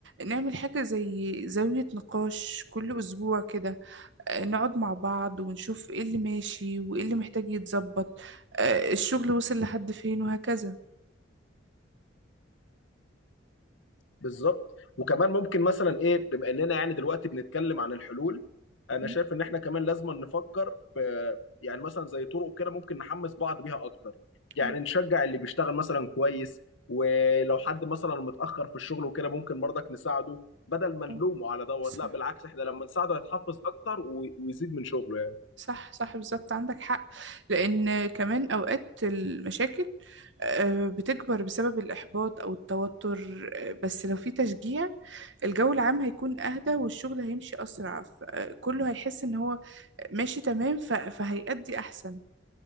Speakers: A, on the right; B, on the left.
A: نعمل حاجة زي زاوية نقاش كل أسبوع كده آه، نقعد مع بعض ونشوف ايه اللي ماشي وايه اللي محتاج يتظبط آه، الشغل وصل لحد فين وهكذا
B: بالظبط وكمان ممكن مثلا ايه بما اننا يعني دلوقتي بنتكلم عن الحلول انا
A: م-
B: شايف ان احنا كمان لازم نفكر في يعني مثلا زي طرق كده ممكن نحمس بعض بيها اكتر يعني
A: م-
B: نشجع اللي بيشتغل مثلا كويس ولو حد مثلا متاخر في الشغل وكده ممكن برضك نساعده بدل ما نلومه
A: م-
B: على دوت
A: صح
B: لا بالعكس احنا لما نساعده يتحفز اكتر و- ويزيد من شغله
A: صح صح بالظبط عندك حق لأن كمان أوقات المشاكل آه، بتكبر بسبب الإحباط أو التوتر آه، بس لو في تشجيع الجو العام هيكون أهدى والشغل هيمشي أسرع ف- آه، كله هيحس إن هو ماشي تمام ف- فهيأدي أحسن